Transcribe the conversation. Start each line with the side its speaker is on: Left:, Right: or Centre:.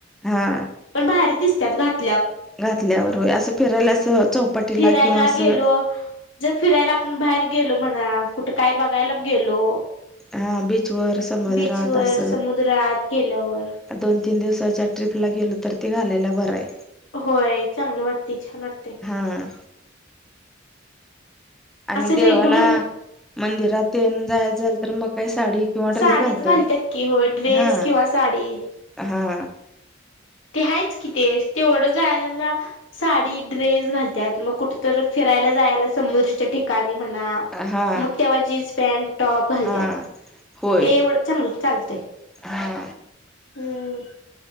Centre: हा
Left: पण बाहेरच दिसतात घात
Centre: घातल्यावर हो असं फिरायला असं चौपाटीला
Left: फिरायला
Centre: किंवा असं
Left: गेलो जर फिरायला आपण बाहेर गेलो म्हणा कुठे काय बघायला गेलो
Centre: हा बीचवरर समुद्रात
Left: बीचवर
Centre: अस
Left: समुद्रात गेल्यावर
Centre: दोन तीन दिवसाच्या ट्रीपला गेलो तर ती घालायला बरं आहे
Left: होय चांगलं वाटते छान वाटते
Centre: हा आणि
Left: असं
Centre: देवाला
Left: रेग्युलर
Centre: मंदिरात येन जाय जाल तर मग काही साडी किंवा
Left: साडीच
Centre: ड्रेस घालतात
Left: की होय ड्रेस
Centre: हा
Left: किंवा साडी
Centre: हा
Left: ते आहेच कि ते तेवढं जायला साडी ड्रेस घालतात मग कुठंत फिरायला जायला समुद्राच्या ठिकाणी म्हणा
Centre: हा
Left: मग तेव्हा जीन्स पॅन्ट टॉप घालत
Centre: हा होय
Left: ते एवढ चांग चालत
Centre: हा
Left: हम